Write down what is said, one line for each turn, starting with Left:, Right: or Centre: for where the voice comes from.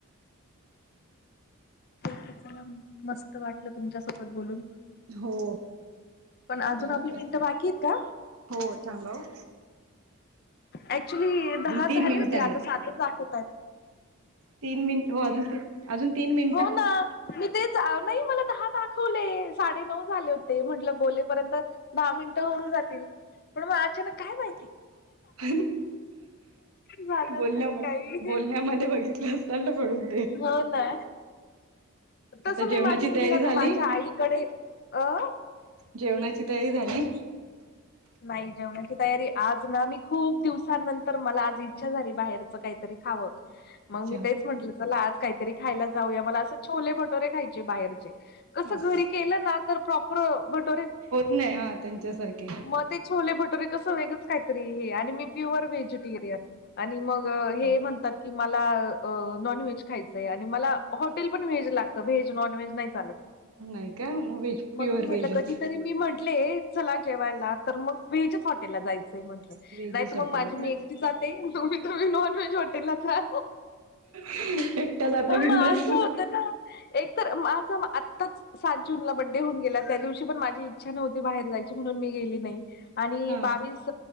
Left: ठीकय, चला म मस्त वाटलं तुमच्यासोबत बोलून
Right: हो
Left: पण अजून
Right: मला
Left: आपली
Right: पण
Left: मिनटं बाकीयत का?
Right: हो थांबा वो
Left: ऍक्चुली दहा झाले
Right: तीन मिनिटं
Left: होते.
Right: आहेत.
Left: आता सातच दखवतायत
Right: तीन मिनिट, हो आजून तीन आजून तीन मीनि
Left: हो ना.. मी तेच नाही मला दहा दाखवले, साडे नऊ झाले होते म्हंटलं बोलेपर्यंत दहा मिनटं होऊन जातील, पण मग अचानक काय माहिती
Right: <inaudible>
Left: झालं
Right: बोलण्यामध्ये
Left: असेल काही
Right: बोलण्यामध्ये बघितले असाल ना म्हणून
Left: हो ना तसं
Right: आता जेवणाची
Left: मी माझ्या मुलीला
Right: तयारी झाली?
Left: ना माझ्या आईकडे, अ?
Right: जेवणाची तयारी झाली?
Left: नाही जेवणाची तयारी आज ना मी खूप दिवसांनंतर मला आज इच्छा झाली बाहेरचं काय तरी खाव मंग
Right: अच्छा
Left: मी तेच म्हटलं चला आज कायतरी खायला जाऊया मला असं छोले भटोरे खायचे बाहेरचे.
Right: हो
Left: कसं घरी
Right: का
Left: केलं ना तर प्रॉपर बट
Right: होत नाय हा त्यांच्यासारखे
Left: म ते छोले भटोरे कसं वेगंच कायतरी हे आणि मी प्युअर व्हेजिटेरियन आणि मग ग
Right: हो
Left: हे म्हणतात की मला अ नॉनव्हेज खायचंय आणि मला हॉटेल पण व्हेज लागतं व्हेज नॉन व्हेज नाय चालत.
Right: नाही का मग व्हेज
Left: मग
Right: प्युअर
Left: मी म्हटलं
Right: व्हेजच
Left: कधीतरी मी म्हंटले चला जेवायला तर मग व्हेजच हॉटेला जायचंय म्हंटलं.
Right: व्हेजच
Left: नाय त
Right: हॉटेल
Left: मग माझी
Right: आहे
Left: मी
Right: का
Left: एकटी जाते तुम्ही तुम्ही नॉन व्हेज हॉटेलला जा.
Right: एकट्या जाता
Left: मग
Right: बिंदास
Left: असं होतं ना एक तर माझं आत्ताच सात जून ला बड्डे होऊन गेला त्या दिवशी पण माझी इच्छा नव्हती बाहेर जायची म्हणून मी गेली नाही आणि
Right: हा
Left: अ बावीस